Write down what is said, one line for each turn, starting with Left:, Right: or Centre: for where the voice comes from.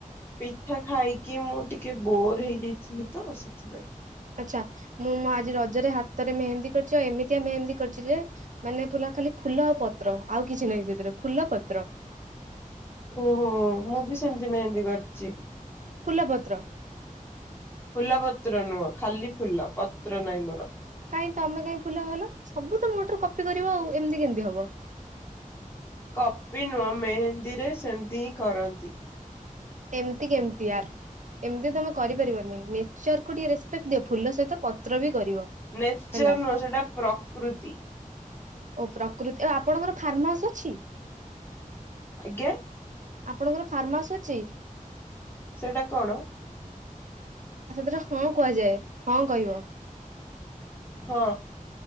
Left: ପିଠା ଖାଇକି ମୁଁ ଟିକେ ବୋର୍ ହେଇଯାଇଥିଲି ତ ସେଥିପାଇଁ।
Right: ଆଚ୍ଛା ମୁଁଁ ମୁଁ ଆଜି ରଜରେ ହାତରେ ମେହେନ୍ଦୀ କରିଚି ଆଉ ଏମିତିଆ ମେହେନ୍ଦୀ କରିଚି ଯେ- ମାନେ ପୁଲ ଖାଲି ଫୁଲ ଆଉ ପତ୍ର ଆଉ କିଛି ନାହିଁ ସେଥିରେ ଫୁଲ ପତ୍ର।
Left: ଓହୋ ମୁଁ ବି ସେମିତି ମେହେନ୍ଦୀ କରିଚି।
Right: ଫୁଲପତ୍ର?
Left: ଫୁଲ ପତ୍ର ନୁହଁ ଖାଲି ଫୁଲ ପତ୍ର ନାଇଁ ମୋର।
Right: କାଇଁ ତମେ କାହିଁ ଫୁଲ କଲ ସବୁ ତ ମୋ ଥ୍ରୁ କପି କରିବ ଆଉ ଏମିତି କେମିତି ହବ।
Left: କପି ନୁହଁ ମେହେନ୍ଦୀରେ ସେମିତି ହିଁ କରନ୍ତି।
Right: ଏମିତି କେମିତି ୟାର୍? ଏମିତି ତମେ କରିପାରିବନି ନେଚର କୁ ଟିକେ ରେସପେକ୍ଟ ଦିଅ ଫୁଲ ସହିତ ପତ୍ର ବି କରିବ।
Left: ନେଚର
Right: ହେଲା
Left: ନୁହଁ ସେଟା ପ୍ରକୃତି।
Right: ଓ ପ୍ରକୃତି ଆଉ ଆପଣଙ୍କର ଫାର୍ମ ହାଉସ ଅଛି।
Left: ଆଜ୍ଞା?
Right: ଆପଣଙ୍କର ଫାର୍ମ ହାଉସ ଅଛି?
Left: ସେଇଟା କଣ?
Right: ସେଥିରେ ହଁ କୁହାଯାଏ ହଁ କହିବ।
Left: ହଁ।